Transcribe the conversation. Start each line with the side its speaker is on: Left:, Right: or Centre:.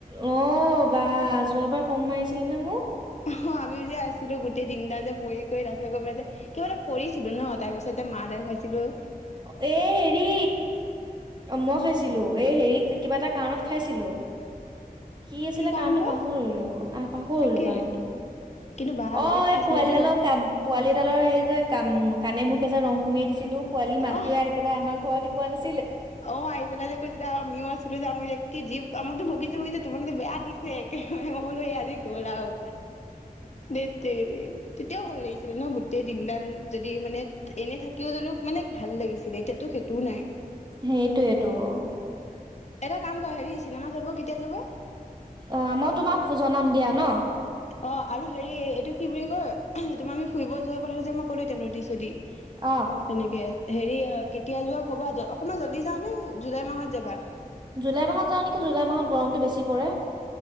Right: অ', বা যোৱাবাৰ ফম মাৰিছিলে নে মোক।
Left: অ', আমি যে আছিলো গোটেই তিনিটা যে বৰি কৰি ল' পেলাই যে কিবা এটা কৰিছিলো ন' তাৰপিছতে যে মা দেখা পাইছিলোঁ।
Right: এ হেৰি অ', মই খাইছিলো এই হেৰি কিবা এটা কাৰণত খাইছিলোঁ। কি আছিলে
Left: কাৰণ
Right: কাৰণতটো
Left: বা
Right: পাহৰিলো অ', পাহৰিলো
Left: তাকে
Right: কাৰণটো
Left: কিন্তু বা
Right: অ',
Left: বেলেগ খাইছিলা
Right: এই পোৱালিডালৰ
Left: দেই
Right: কাম পোৱালিডালৰ হেৰি যে কাম কানে মোক এ যে ৰং সুমিয়াই দিছিলোঁ। পোৱালীৰ মাকটোৱে
Left: অ
Right: আহিপেলাই আমাৰ ঘৰতে কোৱা নাছি
Left: অ', আহি পেলাই যে কো যেতিয়া আমিও আছিলো যাম মই কি যি আমাকতো ভগিছে গিছে তুমাক কিন্তু বেয়া দিছে একেবাৰেই মই বুলু এই আজি গ'ল আৰু দে ধেৎতেৰি তেতিয়াও ভাল লাগিছ ছিলে ন' গোটেই দিনডাল যদি মানে এনে থাকিও যদিও মানে ভাল লাগিছিলে এতিয়াতো সেইটোও নাই।
Right: সেইটোয়েইটো অ'।
Left: এটা কাম কৰা হেৰি চিনেমা চাব কেতিয়া যাবা?
Right: অ', মই তোমাক জনাম দিয়া ন'।
Left: অ', আৰু হেৰি এইটো কি বুলি কয় তোমাৰ আমি ফুৰিব যোৱা কথাটো যে মই ক'লো তেনেকে এতিয়া নদিছদি
Right: অহ
Left: তেনেকে হেৰি কেতিয়া যোৱা কবা অকমান জল্দি যাওঁ নে জুলাই মাহত যাবা?
Right: জুলাই মাহত যাওঁ নেকি জুলাই মাহত গৰমটো বেছি পৰে।